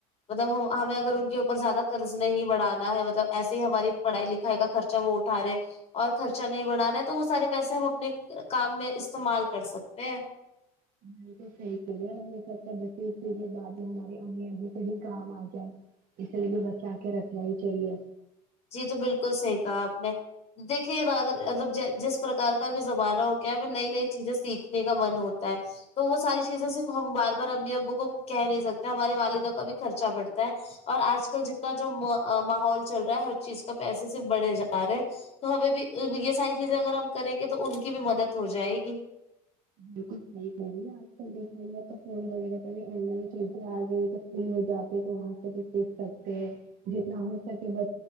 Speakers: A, on the left (about 35°); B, on the right (about 50°).
A: مطلب ہمیں اگر ان کے اوپر زیادہ قرض نہیں بڑانا ہے مطلب ایس ہماری پڑھائی لکھائی کا خرچہ وہ اٹا رہے ہیں اور خرچہ نہیں بڑھانا ہے تو وہ سارے پیسے ہم اپنے کام میں استعمال کر سکتے ہیں
B: بالکل صحیح کرہ رہے اور ہم سب بچے بعد میں ہماری امی ابو سے بھی کام آ جائے اس لیے بھی بچا کے رکھنا ہی چاہیے
A: جی تو بالکل صحیح کہا آپ نے دیکھیے نا اگر مطلب جس پرار کا بھی زمانہ ہو گیا ہے ہمیں نئی نئی چیزیں سیکھنے کا من ہوتا ہے تو وہ ساری چیزیں صرف ہم بار بار امی ابو کو کہہ نہیں سکتے ہمارے والدہ کا بھی خرچہ بڑھتا ہے اور آج کل جتنا جو ماحول چل رہا ہے ہر چیز کا پیسے صرف بڑے جا رہے تو ہمیں بھی یہ ساری چیزیں اگر ہم کریں گے تو ان کی بھی مدد ہو جائے گی
B: بالکل صحیی کہہ رہی ہے آج کل دیکھا جائے تو فون وغیرہ پہے آن لائن چیزیں آ گائ تو ہو جاتی ہے تو وہاں سے بھی سیکھ سکتے ہیں جتنا ہو سکے ب